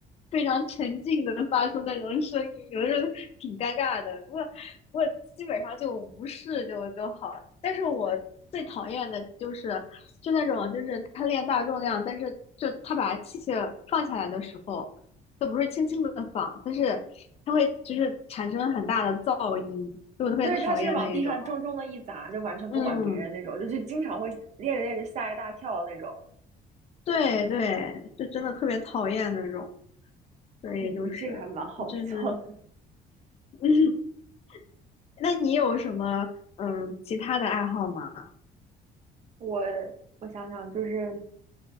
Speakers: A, on the left (about 40°); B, on the right (about 45°).
A: 非常沉静的发出那种声音，有的时候挺尴尬的。不过不过基本上就无视就就好了。但是我最讨厌的就是就那种就是他练大重量，但是就他把器械放下来的时候，都不是轻轻的放，但是他会就是产生很大的噪音，就我特别讨厌那一种。
B: 对，他是往地上重重的一砸，就完全不管别人那种，
A: 嗯，
B: 就就经常会练着练着吓一大跳那种。
A: 对对，就真的特别讨厌那种，所以就是就是，
B: 你们这个还蛮好笑的。
A: <laughs> 那你有什么嗯其他的爱好吗？
B: 我我想想，就是